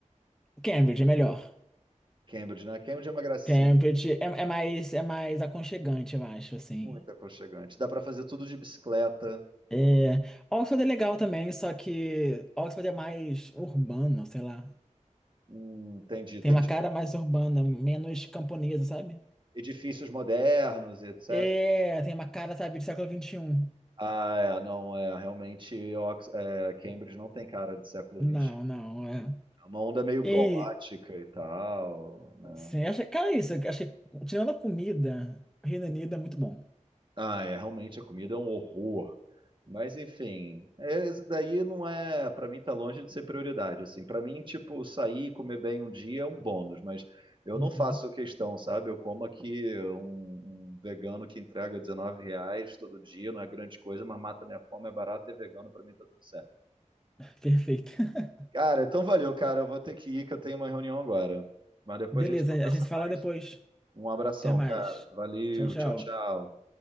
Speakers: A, in the centre; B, on the right.
A: Cambridge é melhor.
B: Cambridge, né? Cambridge é uma gracinha,
A: Cambridge é, é mais é mais aconchegante, eu acho, assim.
B: muito aconchegante. Dá para fazer tudo de bicicleta.
A: É, Oxford é legal também, só que Oxford é mais urbano, sei lá.
B: Hum, tem de,
A: Tem
B: tem
A: uma
B: de
A: cara mais urbana, menos camponesa, sabe?
B: edifícios modernos, e etc.
A: É, tem uma cara, sabe, de século vinte e um
B: Ah, é, não, é, realmente Ox- é, Cambridge não tem cara de século
A: Não,
B: XXI.
A: não, é.
B: É uma onda meio
A: E,
B: gótica e tal, né?
A: sim, achei, cara, é isso, achei, tirando a comida, Reino Unido é muito bom.
B: Ah, é, realmente a comida é um horror. Mas enfim, é, isso daí não é, Pra mim tá longe de ser prioridade, assim. Para mim, tipo, sair e comer bem um dia é um bônus, mas eu
A: Uhum,
B: não faço questão, sabe? Eu como aqui um, um vegano que entrega 19 reais todo dia, não é grande coisa, mas mata minha fome, é barato e é vegano, pra mim tá tudo certo.
A: perfeito. <laughs>
B: Cara, então valeu, cara. Eu vou ter que ir, que eu tenho uma reunião agora. Mas depois
A: Beleza,
B: a gente conversa
A: a gente se fala
B: mais.
A: depois.
B: Um abração,
A: Até mais.
B: cara. Valeu,
A: Tchau, tchau.
B: tchau, tchau.